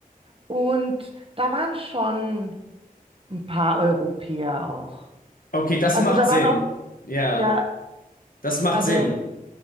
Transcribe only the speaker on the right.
und da waren schon ein paar Europäer auch.
Also
da
waren auch,
ja,
also